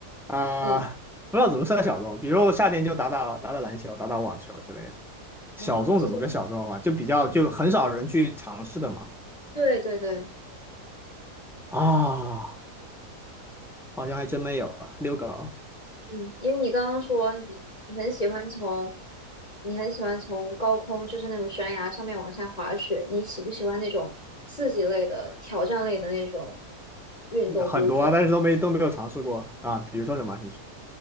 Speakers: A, in the centre; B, on the left (about 25°).
A: 啊，
B: 嗯，
A: 不知道怎么算小众，比如我夏天就打打打打篮球，打打网球之类的。
B: 哦，
A: 小众怎么个小众法？
B: 这些，
A: 就比较就很少人去尝试的嘛。
B: 对对对，
A: 啊、好像还真没有吧，遛狗。
B: 嗯，因为你刚刚说你你很喜欢从你很喜欢从高空，就是那种悬崖上面往下滑雪，你喜不喜欢那种刺激类的、挑战类的那种运动，
A: 很多啊，
B: 比如说
A: 但是都没都没有尝试过啊。比如说什么？你说